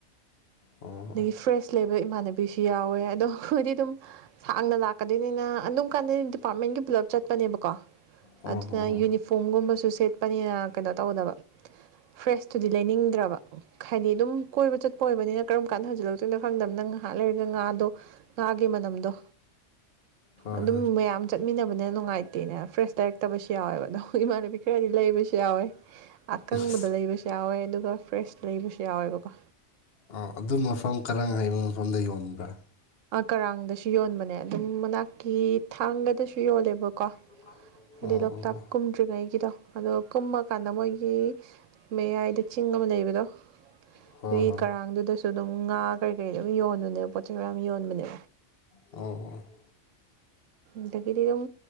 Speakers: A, on the left; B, on the right.
A: ꯑꯣ ꯍꯣ
B: ꯑꯗꯒꯤ ꯐ꯭ꯔꯦꯁ ꯂꯩꯕ ꯏꯃꯥꯟꯅꯕꯤꯁꯨ ꯌꯥꯎꯋꯦ ꯑꯗꯣ ꯑꯩꯈꯣꯏꯗꯤ ꯑꯗꯨꯝ ꯁꯥꯡꯅ ꯂꯥꯛꯀꯗꯣꯏꯅꯤꯅ ꯑꯗꯨꯝ ꯀꯥꯟꯗ ꯗꯤꯄꯥꯔꯠꯃꯦꯟꯒꯤ ꯄꯨꯂꯞ ꯆꯠꯄꯅꯦꯕꯀꯣ
A: ꯑꯣ
B: ꯑꯗꯨꯅ
A: ꯍꯣ ꯍꯣꯏ
B: ꯌꯨꯅꯤꯐ ꯐꯥꯒꯨꯝꯕꯁꯨ ꯁꯦꯠꯄꯅꯤꯅ ꯀꯩꯅꯣ ꯇꯧꯗꯕ ꯐ꯭ꯔꯦꯁꯇꯨꯗꯤ ꯂꯩꯅꯤꯡꯗ꯭ꯔꯕ ꯍꯥꯏꯗꯤ ꯑꯗꯨꯝ ꯀꯣꯏꯕ ꯆꯠꯄ ꯑꯣꯏꯕꯅꯤꯅ ꯀꯔꯝ ꯀꯥꯟꯗ ꯍꯟꯖꯟꯂꯛꯇꯣꯏꯅꯣ ꯈꯪꯗꯃꯤꯅ ꯉꯍꯥꯛ ꯂꯩꯔꯒ ꯉꯥ ꯗꯣ ꯉꯥꯒꯤ ꯃꯅꯝꯗꯣ
A: ꯍꯣꯏ
B: ꯑꯗꯨꯝ
A: ꯍꯣꯏ
B: ꯃꯌꯥꯝ ꯆꯠꯃꯤꯟꯅꯕꯅ ꯅꯨꯡꯉꯥꯏꯇꯦꯅ ꯐ꯭ꯔꯦꯁ ꯂꯩꯔꯛꯇꯕꯁꯨ ꯌꯥꯎꯋꯦꯕ ꯑꯗꯣ ꯏꯃꯥꯟꯅꯕꯤ ꯈꯔꯗꯤ ꯂꯩꯕꯁꯨ ꯌꯥꯎꯋꯦ ꯑꯀꯪꯕꯗꯣ
A: ꯑꯁ
B: ꯂꯩꯕꯁꯨ ꯌꯥꯎꯋꯦ ꯑꯗꯨꯒ ꯐ꯭ꯔꯦꯁ ꯂꯩꯕꯁꯨ ꯌꯥꯎꯋꯦꯕꯀꯣ
A: ꯑꯣ ꯑꯗꯨ ꯃꯐꯝ ꯀꯔꯥꯏ ꯍꯥꯏꯕ ꯃꯐꯝꯗ ꯌꯣꯟꯕ꯭ꯔꯥ
B: ꯀꯔꯥꯡꯗꯁꯨ ꯌꯣꯟꯕꯅꯦ ꯑꯗꯨꯝ ꯃꯅꯥꯛꯀꯤ ꯊꯥꯡꯒꯗꯁꯨ ꯌꯣꯜꯂꯦꯕꯀꯣ
A: <unintelligible>
B: ꯍꯥꯏꯗꯤ ꯂꯣꯛꯇꯥꯛ
A: ꯑꯣ
B: ꯀꯨꯝꯗ꯭ꯔꯤꯉꯩꯒꯤꯗꯣ ꯑꯗꯣ ꯀꯨꯝꯃꯀꯥꯟꯗ ꯃꯣꯏꯒꯤ ꯃꯌꯥꯏꯗ ꯆꯤꯡ ꯑꯃ ꯂꯩꯕꯗꯣ
A: ꯍꯣꯏ ꯍꯣꯏ
B: ꯑꯗꯨꯏ ꯀꯥꯥꯔꯥꯡꯗꯨꯗꯁꯨ ꯑꯗꯨꯝ ꯉꯥ ꯀꯩ ꯀꯩ ꯑꯗꯨꯝ ꯌꯣꯟꯕꯅꯦ ꯄꯣꯠ ꯆꯩ ꯃꯌꯥꯝ ꯌꯣꯟꯕꯅꯦ
A: ꯑꯣ ꯑꯣ
B: ꯑꯗꯒꯤꯗꯤ ꯑꯗꯨꯝ